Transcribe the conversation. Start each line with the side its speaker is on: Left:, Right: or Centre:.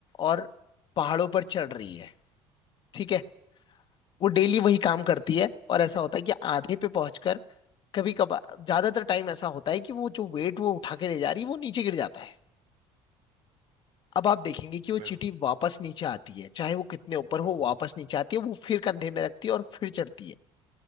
Left: और पहाड़ों पर चढ़ रही है ठीक
Right: हम्म,
Left: है वो डेली वही काम
Right: हम्म,
Left: करती है और ऐसा होता है कि आधे पे पहुंचकर कभी कभार ज्यादातर टाइम ऐसा होता है कि वो जो वेट वो उठा के ले जा रही है वो नीचे गिर जाता है अब आप देखेंगे कि वो
Right: बिल-
Left: चींटी वापस नीचे आती है चाहे वो कितने ऊपर
Right: हम्म,
Left: हो वापस नीचे आती है वो फिर कंधे में रखती है और फिर चढ़ती है